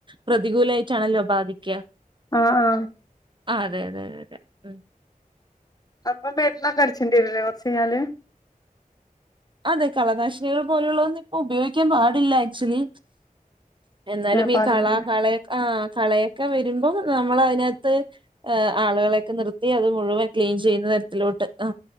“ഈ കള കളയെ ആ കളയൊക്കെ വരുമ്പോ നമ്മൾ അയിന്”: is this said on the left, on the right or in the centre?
Right